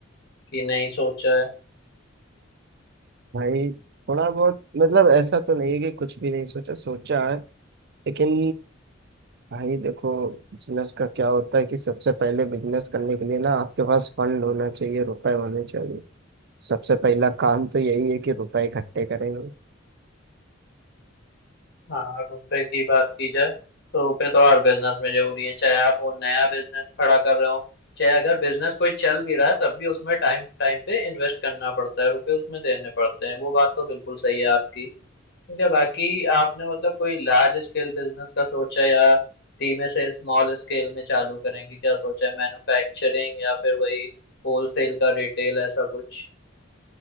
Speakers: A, on the left (about 55°); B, on the right (about 55°).
A: कि नहीं सोचा है
B: भाई थोड़ा बहुत मतलब ऐसा तो नहीं है कि कुछ भी नहीं सोचा सोचा है लेकिन भाई देखो बिजनेस का क्या होता है कि सबसे पहले बिजनेस करने के लिए ना आपके पास फंड होना चाहिए रुपए होने चाहिए सबसे पहला काम तो यही है कि रुपए इकट्ठे करेंगे
A: हाँ रुपए की बात की जाए तो रुपए तो हर बिजनेस में जरूरी है चाहे आप वो नया बिजनेस खड़ा कर रहे हो चाहे अगर बिजनेस कोई चल भी रहा है तब भी उसमें टाइम टाइम पे इन्वेस्ट करना पड़ता है रुपए उसमें देने पड़ते हैं वो बात तो बिल्कुल सही है आपकी ठीक है बाकी आपने मतलब कोई लार्ज स्केल बिजनेस का सोचा या धीमे से स्मॉल स्केल में चालू करेंगे क्या सोचा है मैन्युफैक्चरिंग या फिर वही होलसेल का रिटेल ऐसा कुछ